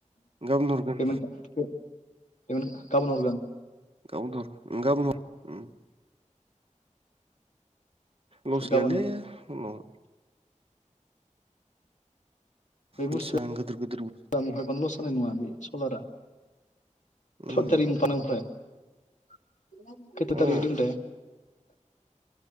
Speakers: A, on the right; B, on the left.
A: गाबोन हरगोन
B: खाबोन हरगोन
A: गाबोनहर उम गाबोन हर उम लस
B: गाबोन
A: गैयालै उनाव
B: बे बुस्थुआ
A: बिसां गिदिर गिदिर
B: <unintelligible> खैथा टारिख
A: उम
B: आव दङ
A: अ
B: थाय